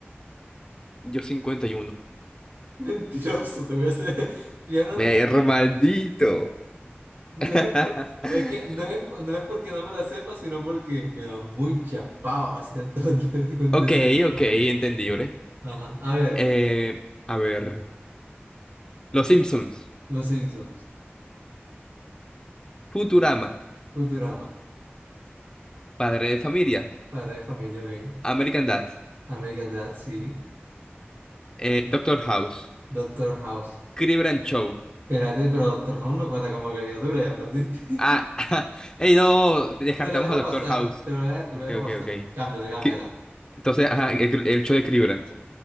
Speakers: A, on the left; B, on the right.
A: Yo 51.
B: <laughs> Mentiroso, te voy a hacer. <laughs> Ya no,
A: Me
B: <laughs>
A: maldito.
B: no
A: <laughs>
B: es, por- es que no es, no es porque no me la sepa, sino porque me da mucha pava hacer todo, el- <laughs> con
A: Ok,
B: decir todo.
A: ok,
B: el-
A: entendible.
B: Ajá. A ver,
A: Eh, a ver. Los Simpsons.
B: Los Simpsons,
A: Futurama,
B: Futurama,
A: Padre de Familia,
B: Padre de Familia Gay,
A: American Dad,
B: American Dad, sí,
A: eh, Doctor House,
B: Doctor House.
A: Crib and Show.
B: Espérate, pero Doctor House no cuenta como caricatura, ya perdiste. <laughs>
A: Ah, <laughs> hey, no, descartamos
B: Te lo dejo
A: a Doctor
B: pasar,
A: House.
B: te lo, de- te
A: Ok,
B: lo dejo pasar.
A: ok, ok.
B: Cámbiala, cámbiala.
A: Cri- Entonces, ajá, el, cr- el show de Cribrand.